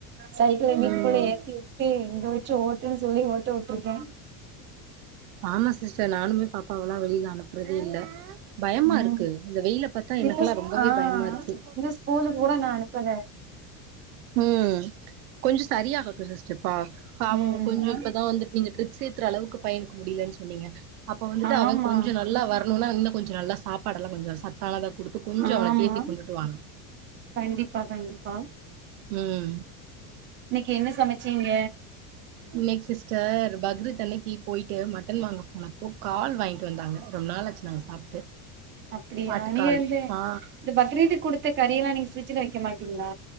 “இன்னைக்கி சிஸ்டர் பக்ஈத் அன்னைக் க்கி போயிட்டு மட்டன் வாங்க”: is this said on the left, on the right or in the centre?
Right